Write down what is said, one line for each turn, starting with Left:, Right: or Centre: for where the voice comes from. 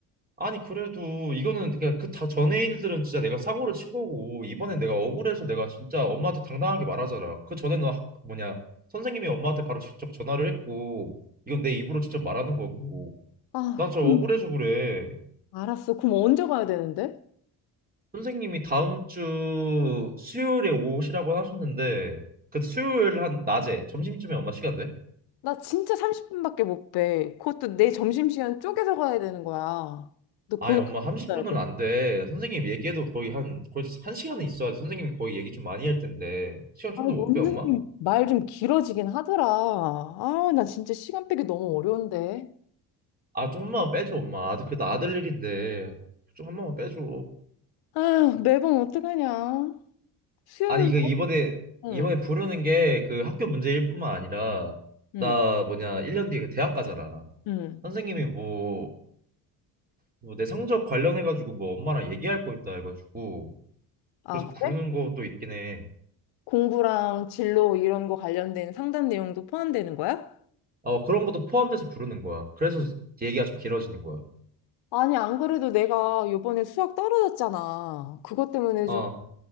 Right: 아니 그래도 이거는 그냥 그다 전의 일들은 진짜 내가 사고를 친 거고 이번엔 내가 억울해서 내가 진짜 엄마한테 당당하게 말하잖아. 그 전에 너 학- 뭐냐 선생님이 엄마한테 바로 직접 전화를 했고 이건 내 입으로 직접 말하는 거고
Left: 아
Right: 나 저
Left: 그럼
Right: 억울해서 그래.
Left: 알았어. 그럼 언제 가야 되는데?
Right: 선생님이 다음 주 수요일에 오시라고 하셨는데 그 수요일 한 낮에 점심쯤에 엄마 시간 돼?
Left: 나 진짜 30분밖에 못 빼. 그것도 내 점심시간 쪼개서 가야 되는 거야. 너 그거
Right: 아니 엄마 30분은
Left: 알아야 돼.
Right: 안 돼. 선생님 얘기해도 거의 한 거의 한 시간은 있어야지. 선생님이 거의 얘기 좀 많이 할 텐데 시간 좀
Left: 아, 너무
Right: 더 못 빼 엄마?
Left: 선생님 말 좀 길어지긴 하더라. 아, 나 진짜 시간 빼기 너무 어려운데.
Right: 아 좀만 빼줘 엄마 아들 그래도 아들 일인데 좀 한 번만 빼줘
Left: 아, 매번 어떡하냐. 수요일,
Right: 아니 이거 이번에
Left: 응,
Right: 이번에 부르는 게 그 학교 문제일 뿐만 아니라
Left: 응,
Right: 나 뭐냐 1년 뒤에 그 대학 가잖아
Left: 응.
Right: 선생님이 뭐 뭐 내 성적 관련해가지고 뭐 엄마랑 얘기할 거 있다 해가지고
Left: 아,
Right: 그래서 부르는
Left: 그래?
Right: 것도 있긴 해
Left: 공부랑 진로 이런 거 관련된 상담 내용도 포함되는 거야?
Right: 어, 그런 것도 포함돼서 부르는 거야 그래서 얘기가 좀 길어지는 거야
Left: 아니, 안 그래도 내가 요번에 수학 떨어졌잖아. 그것 때문에
Right: 어
Left: 좀